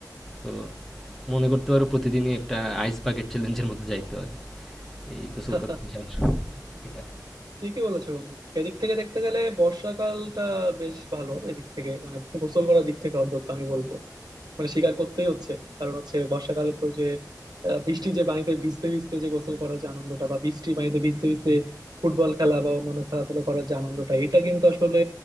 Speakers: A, in the centre; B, on the right.
A: তো মনে করতে পারো প্রতিদিনই একটা আইস বাকেট চ্যালেঞ্জের মধ্যে যাইতে হয় এই গোসল
B: <laughs>
A: করতে যাওয়ার জন্য। এটা
B: ঠিকই বলেছো বন্ধু এদিক থেকে দেখতে গেলে বর্ষাকালটা বেশ ভালো এদিক থেকে মানে গোসল করার দিক থেকে অন্তত আমি বলবো মানে স্বীকার করতেই হচ্ছে কারণ হচ্ছে বর্ষাকালে তো যে আহ, বৃষ্টির যে পানিতে ভিজতে ভিজতে যে গোসল করার যে আনন্দটা বা বৃষ্টির পানিতে ভিজতে ভিজতে ফুটবল খেলা বা অন্যান্য খেলাধুলা করার যে আনন্দটা এটা কিন্তু আসলে